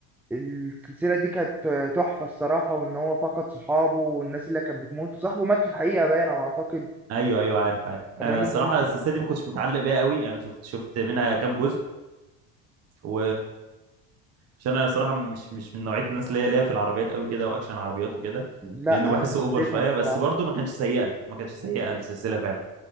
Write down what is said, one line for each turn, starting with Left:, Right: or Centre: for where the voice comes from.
Centre: السلسله دي كانت آه، تحفه الصراحه وان هو فقد صحابه والناس اللي كانت بتموت وصاحبه مات في الحقيقه باين انا اعتقد
Right: ايوه ايوه عارف عارف
Centre: الراجل
Right: انا الصراحه
Centre: ده مات-
Right: السلسله دي ما كنتش متعلق بيها قوي انا شفت شفت منها كام جزء و عشان انا صراحه مش مش من نوعيه الناس اللي هي ليا في العربيات قوي كده واكشن عربيات وكده
Centre: لا
Right: لانه
Centre: انا
Right: بحسه
Centre: حسيتها
Right: اوفر شويه
Centre: الصراحه
Right: بس برضه ما كانش سيئه ما كانتش سيئه السلسله فعلا